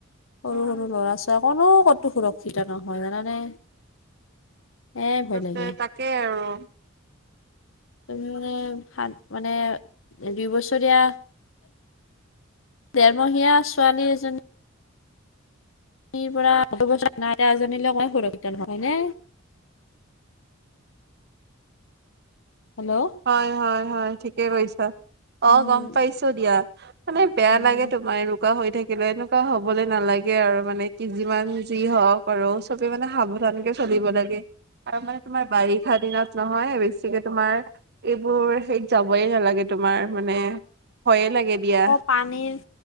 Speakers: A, on the left; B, on the right.
A: সৰু
B: উম
A: সৰু ল'ৰা ছোৱালী কোনো কতো সুৰক্ষিত নহয় জানানে? এ ভয়
B: তাতে
A: লাগে
B: তাকে আৰু।
A: তুমি মানে সাত মানে দুই বছৰীয়া দেৰমহীয়া ছোৱালী এজনী। পৰা দহ বছৰীয়া মাইনা এজনী সংৰক্ষিত নহয় হয়নে। হেল্ল'
B: হয় হয় হয় ঠিকে কৈছ অঁ
A: উম
B: গম পাইছোঁ দিয়া। মানে বেয়া
A: উম
B: লাগে তোমাৰ এ এনেকুৱা হৈ থাকিলে এনেকুৱা হ'বলৈ নালাগে আৰু মানে কি যিমান যি হওঁক আৰু চবে মানে সাৱধানকে চলিব লাগে। আৰু মানে তোমাৰ বাৰিষা দিনত নহয় বেছিকে তোমাৰ এইবোৰ হেৰিইত যাবই নালাগে তোমাৰ মানে ভয়ে লাগে দিয়া।
A: পানীৰ